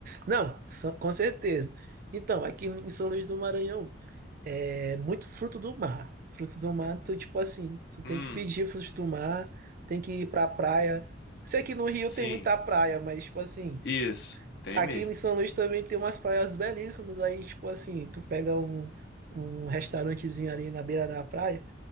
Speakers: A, on the right; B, on the left.
A: Não, só- com certeza. Então, aqui em São Luís do Maranhão, é muito fruto do mar. Fruto do mar, tu, tipo assim, tu tem
B: Hum,
A: que pedir frutos do mar, tem que ir pra praia. Sei que no Rio
B: sim.
A: tem muita praia, mas, tipo assim,
B: Isso, tem
A: aqui
B: mesmo.
A: em São Luís também tem umas praias belíssimas. Aí, tipo assim, tu pega um, um restaurantezinho ali na beira da praia